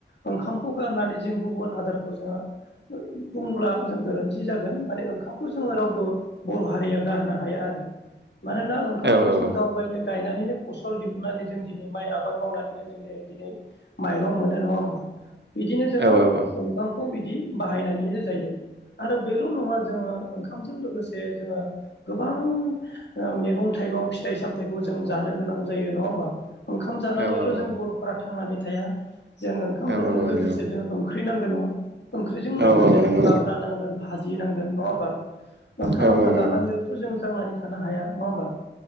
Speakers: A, on the left; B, on the right.
A: ओंखामखौ गारनानै जों गुबुन आदारखौ जोङो बुंब्ला जों गोरोन्थि जागोन माने ओंखामखौ जोङो रावबो बर' हारिया गारनो हाया आर मानोना ओंखामखौ
B: औ औ
A: जों
B: औ
A: गाव गायनो गायनानै नो फसल दिहुननानै जों दिनै माइ आबाद मावनानैनो जों दिनै माइरं मोनो नङा होमब्ला। बिदिनो जोङो
B: औ औ
A: ओंखामखौ बि जि बाहायनानै जायो आरो बेल' नङा जोङो ओंखामजों लोगोसे जोङो। गोबां ओ मैगं थाइगं फिथाइ सामथायाइखौ जों जानो गोनां जायो नङा होनबा ओंखाम जानानैल
B: औ
A: जों बरफोरा थांनानै थाया जों ओंखाम
B: औ
A: जानो
B: औ औ
A: लोगोसे
B: नंगौ
A: जों ओंख्रि नांगौ नङा। ओंख्रिजों
B: औ
A: लोगोसे
B: औ
A: जोङो
B: नंगौ
A: लाब्रा नांगोन भाजि नांगोन नङा होमबा। ओंखाम
B: औ
A: आन्था
B: औ
A: जानानैलथ'
B: नंगौ
A: जों। थांनानै थानो हाया नङा होमबा